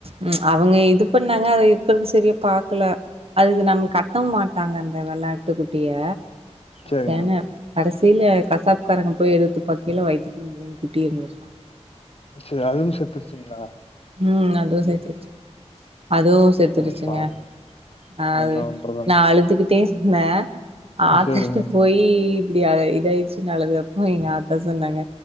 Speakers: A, on the right; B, on the left.
A: ம் அவுங்க இது பண்ணாங்க அது இருக்கற்து செரியா பாக்கல அது நம் கட்டவு மாட்டாங்க அந்த வெள்ளாட்டுக் குட்டிய
B: சரிங்க
A: சென கடைசில கசாப்பு காரங்க போய் எடுத்து பாக்கைல வயித்துக்குள்ள மூனு குட்டி இருந்துச்சா
B: சேரி அதுவு செத்துருச்சிங்ளா
A: உம் அதுவு செத்துருச்சு அதுவு செத்துருச்சுங்க
B: ஆ பாவம்
A: அ
B: என்ன பண்றதுங்
A: நா அழுதுகிட்டே ஸ்ன்ன ஆத்தா
B: சேரிங்க
A: கிட்ட போயி இப்டி அல இதாயிருச்சின் அழுதப்ப எங்க ஆத்தா சொன்னாங்க